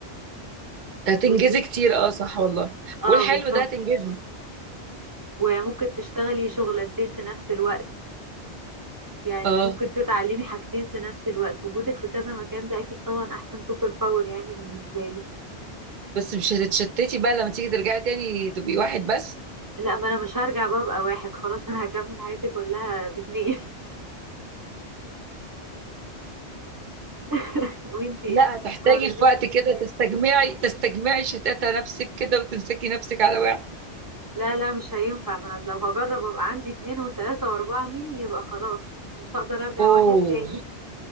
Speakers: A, on the right; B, on the right.
A: بتقولي
B: هتنجزي
A: ايه
B: كتير اه صح والله
A: اه
B: والحلو
A: بالظبط
B: ده هتنجزي
A: وممكن تشتغلي شغلانتين في نفس الوقت يعني
B: اه
A: ممكن تتعلمي حاجتين في نفس الوقت وجودك في كذا مكان ده اكيد طبعا احسن سوبر باور يعني بالنسبة لي
B: بس مش هتتشتتي بقى لما تيجي ترجعي تاني تبقي واحد بس
A: لا ما انا مش هرجع بقى ابقى واحد خلاص انا هكمل حياتي كلها باتنين <laughs> وانتي ايه
B: لا
A: السوبر
B: هتحتاجي
A: باور
B: في
A: اللي نفسك
B: وقت كده
A: فيها
B: تستجمعي تستجمعي شتاتة نفسك كده وتمسكي نفسك على واحد
A: لا لا مش هينفع ما انا لو هجرب ابقى عندي اتنين وتلاتة واربعة مني يبقى خلاص مش هقدر ارجع
B: اوه
A: واحد تاني